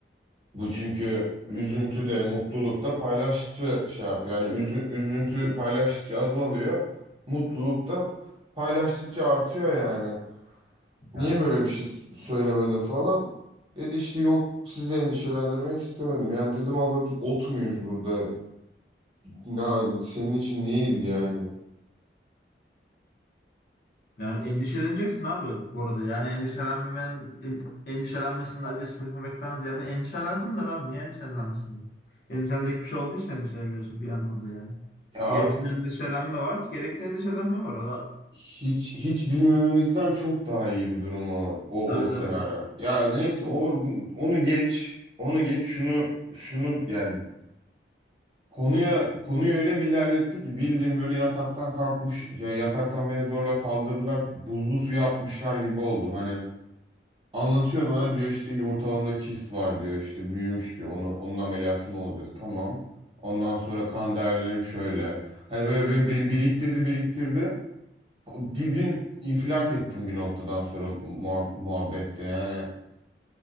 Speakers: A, on the right (about 30°); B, on the left (about 55°).
A: Bu çünkü üzüntü de mutluluk da paylaştıkça şey yapıyor. Yani üzü- üzüntü paylaştıkça azalıyor. Mutluluk da paylaştıkça artıyor yani. Niye
B: Yani
A: böyle bir şey s- söylemedin falan? Dedi işte yok sizi endişelendirmek istemedim. Yani dedim abla biz ot muyuz burada? Ya senin için neyiz yani?
B: Yani endişeleneceksin abi bu arada. Yani endişelenmemen, en- endişelenmesinler diye söylemekten ziyade endişelensinler abi. Niye endişelenmesinler? Endişelenecek bir şey olduğu için endişeleniyorsun bir yandan da yani.
A: Ya abi
B: Gereksiz endişelenme var, gerekli endişelenme var. O da,
A: Hiç hiç bilmememizden çok daha iyi bir durum o o,
B: tabii
A: o senaryo.
B: tabii.
A: Ya neyse o onu geç. Onu geç şunu şunu yani konuya konuyu öyle bir ilerletti ki bildiğim böyle yataktan kalkmış ya yataktan beni zorla kaldırırlar buzlu suya atmışlar gibi oldum. Hani anlatıyor bana diyor işte yumurtalığımda kist var diyor işte büyümüş diyor onu onun ameliyatını olacağız tamam. Ondan sonra kan değerlerim şöyle. Hani böyle, böyle beni biriktirdi biriktirdi. Bildiğin infilak ettim bir noktadan sonra muha- muhabbette yani.